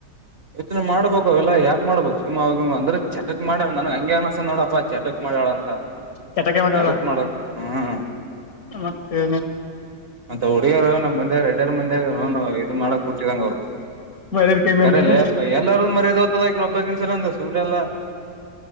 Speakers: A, on the right; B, on the left.
A: ಯವತ್ನೆ ಮಾಡ್ಬೇಕು ಅವೆಲ್ಲಾ ಯಾಕ್ ಮಾಡಬಬೇಕಕ್ ಸುಮ್ ಅವ ಅಂದ್ರೆ ಚಟಕ್ ಮಾಡಾ ನನ್ಗ್ ಹಂಗೆ ಅನಸ್ಸತ ನೋಡಪ್ಪಾ ಚಟಕ್ ಮಾಡ್ಯಾಳ ಅಂತ
B: ಕೆಟಕ ಮಾಡಳ
A: ಎದಕ್ ಮಾಡಕ್ ಹ್ಮ್
B: ಮತ್ತೆ
A: ಮತ್ತ ಹುಡುಯರು ನಮ್ ಬಂದ ಎರಡ್ಯರ್ ಮಂದಾಗ ನ ಇದು ಮಾಡಕ್ ಬಿಟ್ಟಿದಂಗ ಅವ್ರು
B: ಮರ್ಯಾದ ಕಮ್ಮಿ
A: ಕರಲ್ಲ
B: ಅಂದೆನ
A: ಅಪ್ಪ ಎಲ್ಲಾರ್ದು ಮರ್ಯಾದೆ ಹತದಕನೊಬ್ಬ ಇನ್ಸಲ್ಲ ಅಂದ ಸುಮ್ರ ಎಲ್ಲಾ